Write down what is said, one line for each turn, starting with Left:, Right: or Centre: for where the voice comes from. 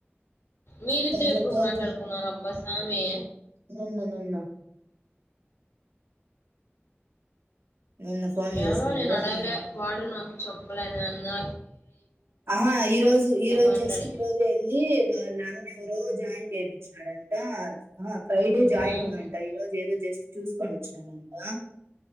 Left: మీరిద్దరు
Right: దాంట్లో
Left: ఎప్పుడు
Right: పోత
Left: మాట్లాడుకున్నారు అబ్బా స్వామి
Right: నిన్న నిన్న నిన్న ఫోన్ చేసింది
Left: ఏమో న నలే వాడు నా చెప్పులు అని అన్నా
Right: ఆహా ఈ రోజు ఈ రోజు
Left: మాట్లాడి.
Right: జస్ట్ ఈ రోజు వెళ్ళి వాళ్ళ అన్న ఎవరో జాయిన్ చేయిపించారు, వాడంటా ఆ ఫ్రైడే జాయినింగ్
Left: హ్మ్.
Right: అంట ఈ రోజు ఏదో జస్ట్ చూసుకొని వచ్చినారూంట ఆ